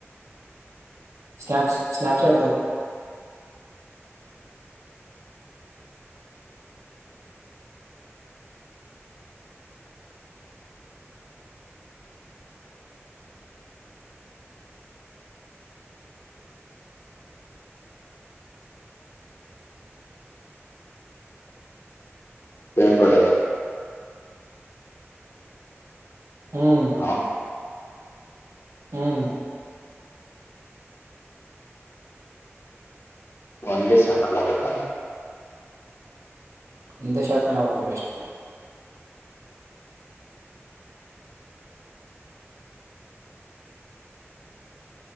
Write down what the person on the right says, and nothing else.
ಸ್ನಪ್ ಸ್ನಯಪಚ್ಯಾಟ್ ತ
ಹ್ಮ್
ಹ್ಮ್
ಇಂದ ಶಾಟ್ ನ ಅವಾಬಕ ಬೆಸ್ಟ್